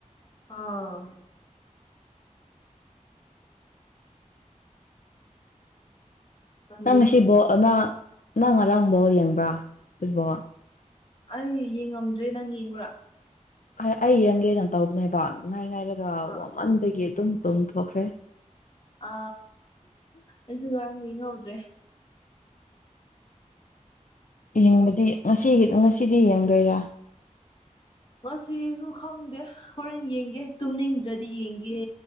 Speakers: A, on the left; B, on the left.
A: ꯑꯥ ꯆꯟꯗꯦ
B: ꯅꯪꯁꯤꯕꯣ ꯑꯉꯥ ꯅꯪ ꯉꯔꯥꯡ ꯕꯣꯜ ꯌꯦꯡꯕ꯭ꯔꯥ ꯐꯨꯠꯕꯣꯜ
A: ꯑꯩ ꯌꯦꯡꯉꯝꯗ꯭ꯔꯦ ꯅꯪ ꯌꯦꯡꯕ꯭ꯔꯥ
B: ꯑ ꯑꯩ ꯌꯦꯡꯒꯦꯅ ꯇꯧꯕꯅꯦꯕ ꯅꯨꯡꯉꯥꯏ ꯉꯥꯏꯔꯒ
A: ꯑ
B: ꯋꯥꯃꯟꯕꯒꯤ ꯑꯗꯨꯝ ꯇꯨꯝꯊꯣꯛꯈ꯭ꯔꯦ
A: ꯑ ꯑꯩꯖꯨ ꯉꯔꯥꯡ ꯌꯦꯡꯍꯧꯗ꯭ꯔꯦ
B: ꯌꯦꯡꯕꯗꯤ ꯉꯁꯤꯒꯤ ꯉꯁꯤꯗꯤ ꯌꯦꯡꯗꯣꯏꯔꯥ
A: ꯉꯁꯤꯁꯨ ꯈꯪꯗꯦ ꯍꯣꯔꯦꯟ ꯌꯦꯡꯒꯦ ꯇꯨꯝꯅꯤꯡꯗ꯭ꯔꯗꯤ ꯌꯦꯡꯒꯦ